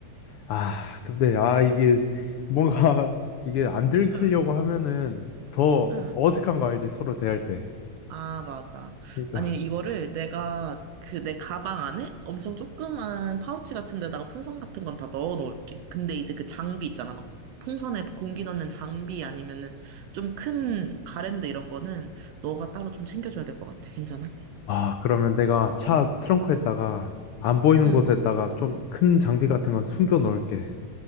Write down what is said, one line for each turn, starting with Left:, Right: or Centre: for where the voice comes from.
Left: 아, 근데, 아, 이게, 뭔가, <laughs> 이게 안 들키려고
Right: 응,
Left: 하면은 더
Right: 응.
Left: 어색한 거 알지, 서로 대할 때.
Right: 아, 맞아.
Left: 그러니까,
Right: 아니, 이거를 내가 그 내 가방 안에 엄청 조그만 파우치 같은 데다가 풍선 같은 건 다 넣어 놓을게. 근데 이제 그 장비 있잖아. 막 풍선에 공기 넣는 장비 아니면은 좀 큰 가랜드 이런 거는 너가 따로 좀 챙겨줘야 될 것 같아. 괜찮아?
Left: 아, 그러면 내가 차 트렁크에다가, 안 보이는
Right: 응,
Left: 곳에다가 좀 큰 장비
Right: 응,
Left: 같은 건 숨겨 놓을게.